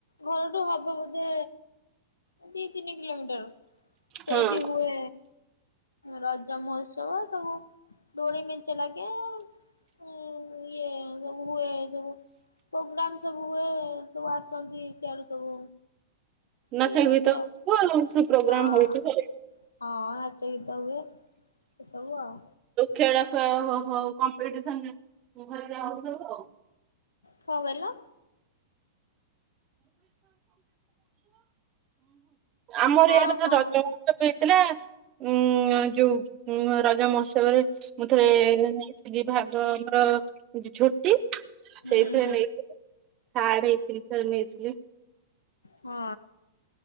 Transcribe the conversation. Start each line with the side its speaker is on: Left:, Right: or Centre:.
Left: ଘରଠୁ ହବ ବୋଧେ ଦି ତିନି କିଲୋମିଟର ସେଇଠି
Right: ହଁ
Left: ହୁଏ। ରଜ ମହୋତ୍ସବ ସବୁ ଦୋଳି ମେଞ୍ଚେ ଲାଗେ। ହୁଁ ଇଏ ସବୁ ହୁଏ ସବୁ। ପ୍ରୋଗ୍ରାମ ସବୁ ହୁଏ। ସବୁ ଆସନ୍ତି ସିଆଡୁ ସବୁ
Right: ନଥାଏ
Left: ଇଏ କରନ୍ତି
Right: ହୁଏ ତ
Left: ଆଉ।
Right: <unintelligible> ସବୁ ପ୍ରୋଗ୍ରାମ
Left: ହଁ
Right: ହଉଛି
Left: ହଁ ନାଚ ଗୀତ ହୁଏ ଏସବୁ ଆଉ।
Right: ଖେଳେ ହ କମ୍ପିସନ ଘ ହଉବ ଆଉ
Left: କଣ କହିଲ?
Right: ଆମର
Left: ହଁ
Right: ଇଆଡେ ତ
Left: ହଁ
Right: ରଜ ମହୋତ୍ସବ ହେଇଥିଲା। ଥିଲା ଉ ଯୋଉ ରଜ ମହୋତ୍ସବରେ ମୁଁ ଥରେ ନେଇଥିଲି ପାଗ ଆମର ଛୁଟି
Left: ହୁଁ
Right: ସେଇଥିରେ
Left: ହୁଁ
Right: ନେଇଥିଲି ଥାର୍ଡ ହେଇଥିଲି ଥରେ ନେଇଥିଲି।
Left: ହଁ।